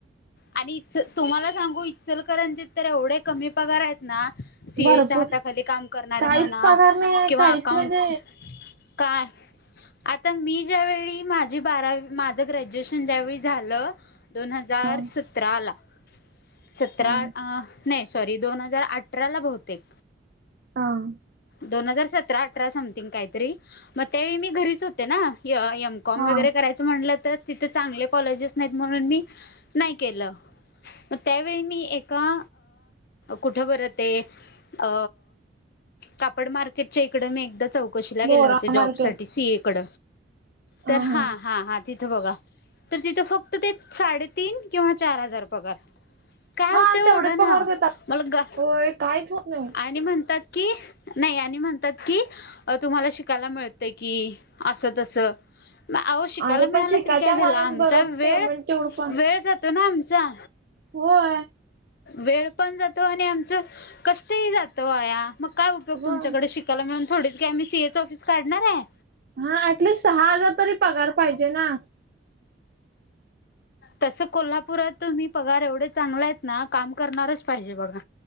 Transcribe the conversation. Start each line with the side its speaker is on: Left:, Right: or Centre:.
Left: आणि तुम्हाला सांगू इचलकरंजित तर एवढे कमी पगार आहेत ना. सी
Right: भरपूर
Left: ए च्या हाताखाली काम करणारे
Right: काहीच
Left: म्हणा
Right: पगार नाही आहे
Left: किंवा
Right: काहीच
Left: अकाउंटस
Right: म्हणजे
Left: काय आता मी ज्यावेळी माझी बारावी माझ ग्रॅज्युएशन ज्यावेळी झाल. दोन हजार
Right: हा
Left: सतराला सतरा
Right: हा
Left: नाही सॉरी दोन हजार अठराला बहुतेक.
Right: हां
Left: दोन हजार सतरा अठरा समथिंग काहीतरी मग त्यावेळी मी घरीच होतेना. <unintelligible> बी कॉम
Right: हा
Left: वगैरे करायच म्हटल तर तिथे चांगले कॉलेजेस नाहीत म्हणून मी केल. मग त्यावेळी मी एका कुठ बर ते. अ कापड मार्केटच्या इकडे मी एकदा चौक चौकशीला गेले
Right: भोरा
Left: होते जॉब
Right: मार्केट
Left: साठी सी ए कड तर
Right: ह
Left: हां
Right: ह
Left: हां हां. तिथ बघा तर तिथ फक्त ते साडेतीन किंवा चार हजार पगार. काय
Right: हा
Left: होतय ओ
Right: तेवढेच
Left: एवढ्यान
Right: पगार देतात
Left: मला ग
Right: होय काहीच होत नाही
Left: आणि म्हणतात. कि नाही आणि म्हणतात की अ तुम्हाला शिकायला मिळत की अस तस. मग आवो शिकायला
Right: अरे
Left: मिळाल
Right: पण शिकायच्या
Left: तरी काय झाल
Right: मानात
Left: आमचा
Right: बर
Left: वेळ
Right: पेमेंट तेवढं पण
Left: वेळ जातो ना आमचा.
Right: होय
Left: वेळ पण जातो आणि आमच कष्टही जात वाया, मग काय उपयोग
Right: होय
Left: तुमच्याकडे शिक त्याला म्हणाव थोडीच काय आम्ही सी एच ऑफिस काढणार आहे?
Right: हां ऍटलिस्ट सहा हजार तरी पगार पाहिजे ना?
Left: तस कोल्हापुरात तुम्ही पगार एवढे चांगले आहेत ना काम करणारच पाहिजे बघा.